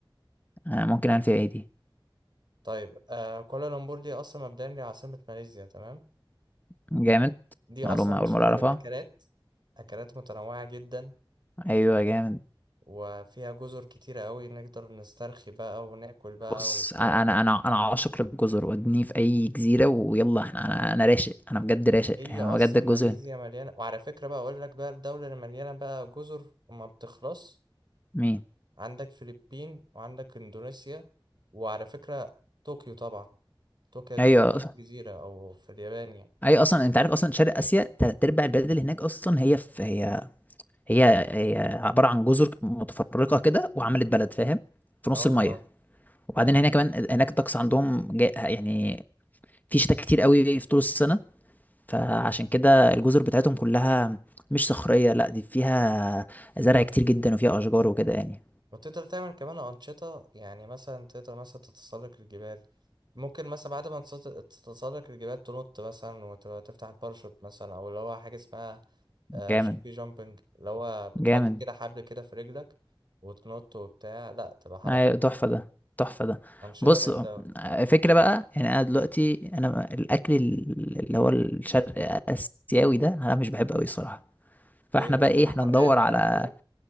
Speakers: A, on the left; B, on the right.
A: آه، ممكن نعمل فيها ايه دي؟
B: طيب آه كوالالمبور دي أصلا مبدئيا دي عاصمة ماليزيا تمام
A: جامد
B: دي
A: معلومة
B: أصلا مشهورة
A: أول مرة أعرفها
B: بالأكلات أكلات متنوعة جدا
A: أيوة جامد
B: وفيها جزر كتيرة أوي نقدر نسترخي بقى وناكل بقى
A: بص
B: وبتاع
A: انا انا انا عاشق للجزر ودني في اي جزيره ويلا احنا انا انا راشق انا بجد راشق
B: هي
A: يعني
B: أصلا
A: انا بجد الجزر
B: ماليزيا مليانة وعلى فكرة بقى أقول لك بقى الدولة اللي مليانة بقى جزر وما بتخلص
A: مين
B: عندك فلبين وعندك إندونيسيا وعلى فكرة طوكيو طبعا طوكيو دي
A: ايوه
B: تعتبر جزيرة أو في اليابان يعني
A: ايوه اصلا انت عارف اصلا شرق اسيا تلات ارباع البلاد اللي هناك اصلا هي في هي هي هي عباره عن جزر متفرقه كده وعملت بلد فاهم في نص
B: اه
A: الميه
B: طبعا
A: وبعدين
B: أيوة
A: هنا كمان هناك الطقس عندهم جا- يعني في شتاء كتير قوي في طول السنه فعشان كده الجزر بتاعتهم كلها مش صخريه لا دي فيها زرع كتير جدا وفيها اشجار وكده يعني
B: وتقدر تعمل كمان أنشطة يعني مثلا تقدر مثلا تتسلق الجبال ممكن مثلا بعد ما تتس- تتسلق الجبال تنط مثلا وتبقى تفتح الباراشوت مثلا أو اللي هو حاجة اسمها
A: جامد
B: جامبي جامبنج اللي هو بتحط
A: جامد
B: كده حبل كده في رجلك وتنط وبتاع لا تبقى حركات
A: أيوة، تحفة ده تحفة ده
B: أنشطة
A: بص
B: جامدة أوي
A: فكرة بقى يعني أنا دلوقتي أنا الأكل ال- اللي هو الشرق آسيوي ده أنا مش بحبه أوي الصراحة
B: ليه
A: فاحنا بقى
B: بيبقى
A: إيه احنا
B: حراق
A: ندور
B: بقى
A: على
B: وكده